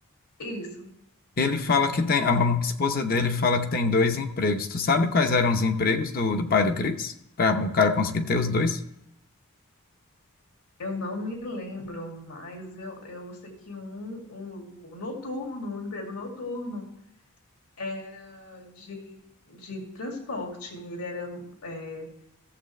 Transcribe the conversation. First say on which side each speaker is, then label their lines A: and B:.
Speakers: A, on the left; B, on the left.
A: Isso.
B: Ele fala que tem. A mam- esposa dele fala que tem dois empregos. Tu sabe quais eram os empregos do, do pai do Chris? Para o cara conseguir ter os dois?
A: Eu não me lembro, mas eu, eu sei que um, um noturno, um emprego noturno, era de, de transporte. Ele era, é,